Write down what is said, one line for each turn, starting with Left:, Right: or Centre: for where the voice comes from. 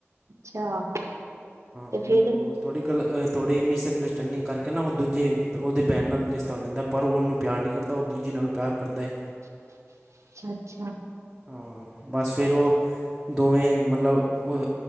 Right: ਅੱਛਾ ਤੇ
Centre: ਮਤਲਬ
Right: ਫੇਰ
Centre: ਉਹ ਥੋੜ੍ਹੀ ਗੱਲ ਥੋੜ੍ਹੀ ਮਿਸਅੰਡਸਟੈਂਡਿੰਗ ਕਰਕੇ ਨਾ ਓ ਦੂਜੇ ਓਦੇ ਬੈਨ ਨਾਲ ਰਿਸ਼ਤਾ ਹੋ ਜਾਂਦਾ। ਪਰ ਓ ਓਨੂੰ ਪਿਆਰ ਨੀ ਕਰਦਾ ਓ ਦੂਜੀ ਨਾਲ ਪਿਆਰ ਕਰਦਾ ਏ।
Right: ਅੱਛਾ-ਅੱਛਾ,
Centre: ਹਾਂ ਬਸ ਫੇਰ ਓ ਦੋਵੇਂ ਮਤਲਬ ਓ